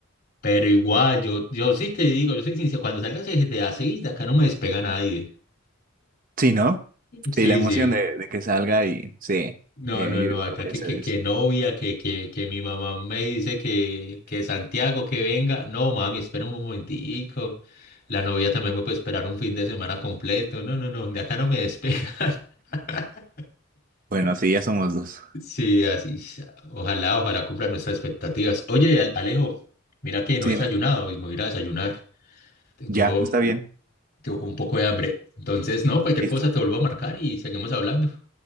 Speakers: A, on the left; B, on the right.
A: pero igual, yo, yo sí te digo, yo soy sincero, cuando salgas de así, de acá no me despega nadie.
B: Sí, ¿no?
A: Sí,
B: Sí, la emoción
A: sí.
B: de, de que salga y sí,
A: No,
B: bien,
A: no,
B: yo
A: no,
B: igual
A: acá
B: voy
A: que,
B: a hacer
A: que,
B: eso.
A: que novia, que, que, que mi mamá me dice que, que Santiago que venga. No, mami, espera un momentico. La novia también me puede esperar un fin de semana completo. No, no, no, de acá no me despegan. <laughs>
B: Bueno, sí, ya somos dos.
A: Sí, así. sea. Ojalá, ojalá cumplan nuestras expectativas. Oye, Al- Alejo, mira que no
B: Sí,
A: he desayunado
B: me-
A: y me voy a ir a desayunar. Tengo,
B: ya, está bien.
A: tengo un poco de hambre. Entonces, no, cualquier
B: Listo.
A: cosa te vuelvo a marcar y seguimos hablando.